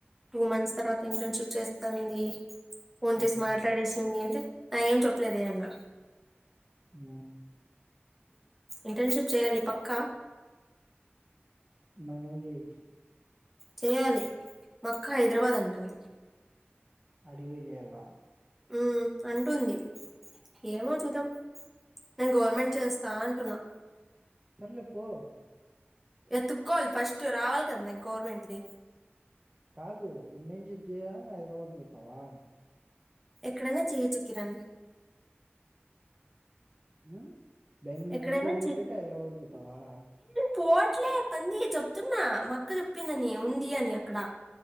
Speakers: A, in the centre; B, on the right.
A: టూ మంత్స్ తర్వాత ఇంటర్న్షిప్ చేస్తుంది ఫోన్
B: ఉమ్,
A: చేసి మాట్లాడేసింది అంటే నాకేం చెప్పలేదే అన్నా
B: ఆ
A: ఇంటర్న్షిప్ చేయాలి పక్కా
B: మనజయి
A: చేయాలి మక్క హైదరాబాద్ అంటుంది
B: అడికి పి చేయాల
A: ఉ అంటుంది ఏమో చూద్దాం నేను గవర్నమెంట్ చేస్తా అంటున్నా
B: సర్లే పో
A: ఏ తుక్కోవాలి ఫస్ట్ రావాలి కద గవర్నమెంట్ది
B: కాదు ఇంటర్న్షిప్ చేయడానికి హైదరాబాద్ పోతావా
A: ఎక్కడైనా చేయచ్చు కిరణ్
B: హా బెంగళూరు
A: ఎక్కడైనా
B: అంత వదిలిపెటి హైదరాబాద్ పోతావా
A: పోట్లే పంది చెప్తున్నా మా అక్క చెప్పిందని ఉంది అని అక్కడ